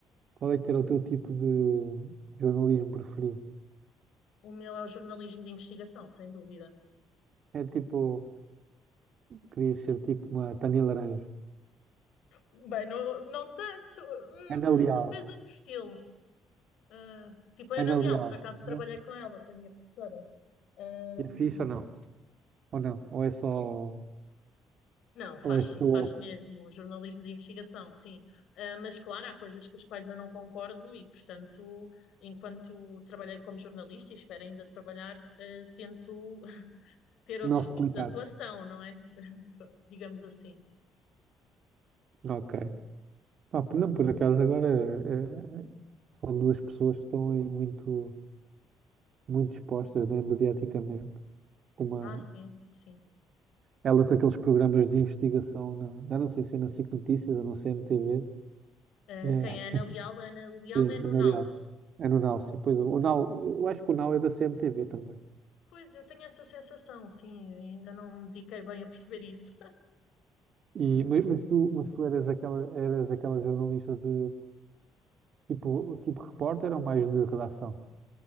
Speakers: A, on the right; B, on the left.
A: qual é que era o teu tipo de jornalismo preferido?
B: O meu é o jornalismo de investigação, sem dúvida.
A: É tipo, querias ser tipo uma Tânia Laranjo.
B: Bem, não, não tanto, hum,
A: Ana Leal,
B: talvez outro estilo. Ah, tipo a
A: Ana
B: Ana Leal,
A: Leal,
B: por acaso trabalhei
A: né?
B: com ela, foi a minha professora. Ahm,
A: E é fixe ou não? Ou não? Ou é só,
B: não, faz,
A: ou é só
B: faz mesmo jornalismo de investigação, sim. Ah, mas claro, há coisas com as quais eu não concordo e, portanto, enquanto trabalhei como jornalista e espero ainda trabalhar, ah, tento <laughs> ter
A: não
B: outro
A: replicar?
B: tipo de atuação, não é? <laughs> Pronto, digamos assim.
A: Ok. Pá, por- não, por acaso agora eh, são duas pessoas que estão aí muito, muito expostas, né, mediaticamente. Uma,
B: Ah, sim, sim.
A: ela com aqueles programas de investigação, na, já não sei se é na SIC Notícias ou na CMTV.
B: Ah,
A: É,
B: quem é Ana Leal? Ana Leal
A: Sim,
B: é no
A: é na
B: Now.
A: Real. É no Nau, sim. Pois, o Nau, eu acho que o Nau é da CMTV também.
B: Pois, eu tenho essa sensação, sim, ainda não me dediquei bem a perceber isso.
A: E, mas, mas tu, mas tu eras aquela, eras aquela jornalista de tipo, tipo repórter ou mais de redação?